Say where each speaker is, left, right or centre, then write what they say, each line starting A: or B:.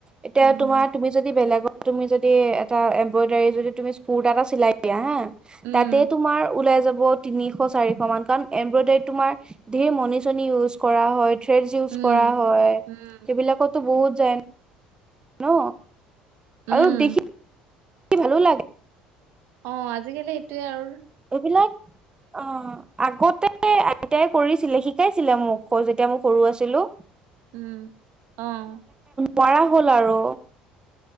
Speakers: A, on the right (about 20°); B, on the right (about 65°).
A: এতিয়া
B: উম
A: তোমাৰ তুমি যদি বেলেগ তুমি যদি এটা এম্ব্ৰইডাৰী যদি তুমি স্কুৰৰ্টা এটা চিলাই দিয়া হা
B: উম
A: তাতে তোমাৰ ওলাই যা ব তিনিশ-চাৰিশমান, কাৰণ এমব্ৰইডাৰীত তোমাৰ ঢেৰ মণি-চনি ইউজ কৰা হয়। থ্ৰেডছ ইউজ
B: উম
A: কৰা হয়,
B: উম
A: সেইবিলাকতো বহুত যায়। ন,
B: উম
A: আৰু দেখি ভালো লাগে।
B: অ আজিকালি সেইটোয়ে আৰু।
A: এইবিলাক অ আগতে আইতাই কৰিছিলে শিকাইছিলে মোক যেতিয়া মই সৰু আছিলো।
B: উম, অ'।
A: পাৰা হ'ল আৰু।